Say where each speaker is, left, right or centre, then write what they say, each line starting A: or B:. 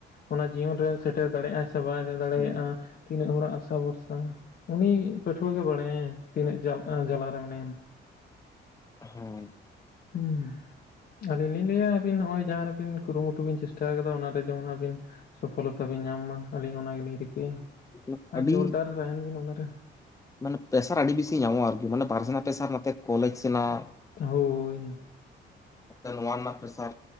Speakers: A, on the left (about 55°); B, on the left (about 15°).
A: ᱚᱱᱟ ᱡᱤᱭᱚᱱ ᱨᱮ ᱥᱮᱴᱮᱨ ᱫᱟᱲᱮᱭᱟᱜᱼ ᱟᱭ ᱥᱮ ᱵᱟᱭ ᱫᱟᱲᱮᱭᱟᱜᱼᱟ᱾
B: ᱦᱩᱸ
A: ᱛᱤᱱᱟᱹᱜ ᱦᱚᱲᱟᱜ ᱟᱥᱟ ᱵᱷᱚᱨᱥᱟ᱾ ᱩᱱᱤ ᱯᱟᱹᱴᱷᱩᱣᱟᱹᱭ ᱜᱮ ᱵᱟᱲᱟᱭᱟ ᱛᱤᱱᱟᱹᱜ ᱡᱟᱞᱟᱨᱮ ᱡᱟᱞᱟ ᱨᱮ ᱢᱮᱱᱟᱭᱟ᱾
B: ᱦᱮᱸᱼᱼ
A: ᱦᱩᱸ ᱟᱹᱞᱤᱧ ᱞᱤᱧ ᱞᱟᱹᱭᱟ ᱟᱹᱵᱤᱱ ᱱᱚᱜᱼᱚᱭ ᱡᱟᱦᱟᱸᱵᱤᱱ ᱠᱩᱨᱩᱢᱩᱴᱩ ᱵᱤᱱ ᱪᱮᱥᱴᱟ ᱠᱟᱫᱟ ᱚᱱᱟᱼᱼ ᱡᱮᱢᱚᱱ ᱟᱹᱵᱤᱱ ᱥᱚᱯᱷᱚᱞᱚᱛᱟ ᱵᱤᱱ ᱧᱟᱢ ᱢᱟ ᱟᱹᱞᱤᱧ ᱚᱱᱟ ᱜᱮᱞᱤᱧ ᱨᱤᱠᱟᱹᱭᱟ᱾
B: ᱢᱚᱛᱞᱚᱵ
A: ᱟᱨ
B: ᱟᱹᱰᱤ᱾
A: ᱡᱳᱨᱫᱟᱨ ᱛᱟᱦᱮᱱ ᱵᱤᱱ ᱚᱱᱟᱨᱮ
B: ᱢᱟᱱᱮ ᱯᱮᱥᱟᱨ ᱟᱹᱰᱤ ᱵᱮᱥᱤ ᱧᱟᱢᱚᱜᱼᱟ ᱟᱨᱠᱤ ᱢᱟᱱᱮ ᱯᱟᱨ ᱥᱮᱱᱟᱜ ᱯᱮᱥᱟᱨ ᱱᱚᱛᱮ ᱠᱚᱞᱮᱡ ᱥᱮᱱᱟᱜ
A: ᱦᱳᱭ
B: ᱱᱚᱛᱮ ᱱᱚᱣᱟ ᱨᱮᱱᱟᱜ ᱯᱮᱥᱟᱨ